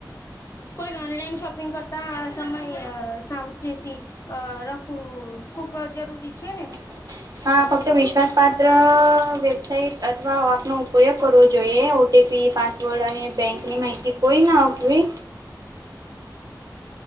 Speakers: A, on the left (about 40°); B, on the right (about 60°).
A: પણ ઓનલાઈન શોપિંગ કરતા સમય અ સાવચેતી રખવું ખૂબ અ જરૂરી છે ને.
B: <inaudible> હા ફક્ત વિશ્વાસપાત્ર વેબસાઇટ અથવા આપનો ઉપયોગ કરવો જોઈએ O T P password અને બેંકની માહિતી કોઈ ને આપવી